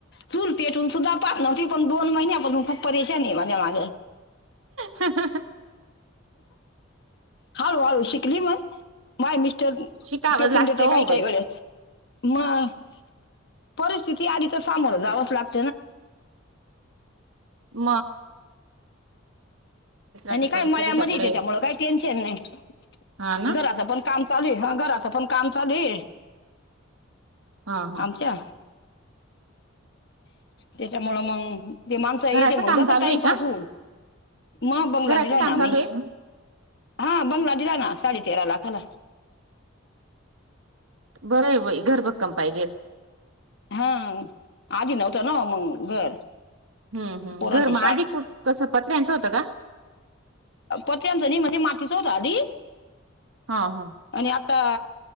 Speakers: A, on the left; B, on the right.
A: चूल पेटून सुद्धा पाह नव्हती पण दोन महिन्यापासून खूप प्याय नाही माझ्या माझं
B: ह
A: हळू हळू शिकली मग माय मिस्टर
B: शिकावं
A: तेेटून
B: लागतं
A: तेथे
B: हो
A: काही
B: बाई.
A: काय गरस मग परिस्थिती आधीच सामोर जावंच लागत
B: म
A: आणि
B: आता
A: काय
B: परिस्थितीच्या
A: मळ्यामध्ये
B: पुढे
A: त्याच्यामुळे काही टेन्शन नाही
B: हा ना
A: घराचा पण काम चाली हा घराचं पण काम चाली
B: हा हा
A: आमच्या त्याच्यामुळं मग ते माणसा येती
B: घराचं
A: मग,
B: काम
A: जातो
B: चालू
A: टाइमपास
B: आहे का
A: होऊन. मग बंगला
B: घराचं
A: दिला
B: काम
A: ना
B: चालू
A: मी,
B: आहे
A: हा बंगला दिला ना साडे तेरा लाखाला.
B: बरं आहेई घरभक्कम पाहिजे
A: हा आधी नव्हतं न मग घर
B: हम्म हम्
A: पोरांची
B: घर म आधी कुठ कसं पत्र्यांचं होतं का
A: पत आणच नि माजे माातीच रा अली
B: हा हा
A: आणि आता